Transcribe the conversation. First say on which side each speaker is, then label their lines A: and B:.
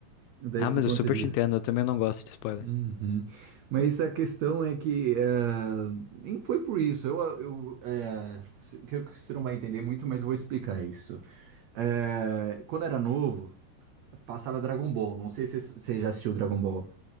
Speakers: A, on the right; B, on the left.
A: Daí
B: Ah,
A: por
B: mas
A: conta
B: eu super
A: disso.
B: te entendo. Eu também não gosto de spoiler.
A: Uhum. Mas a questão é que ah, nem foi por isso. Eu, eu, eh, se- que você não vai entender muito, mas eu vou explicar isso. Eh, quando era novo, passava Dragon Ball. Não sei se você já assistiu Dragon Ball.